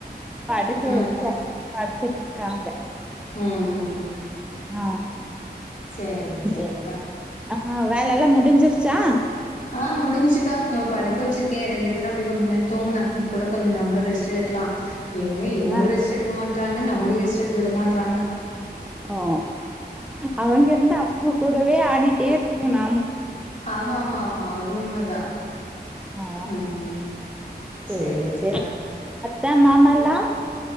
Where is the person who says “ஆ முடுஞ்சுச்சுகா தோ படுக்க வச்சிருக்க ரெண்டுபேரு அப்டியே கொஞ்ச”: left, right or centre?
Left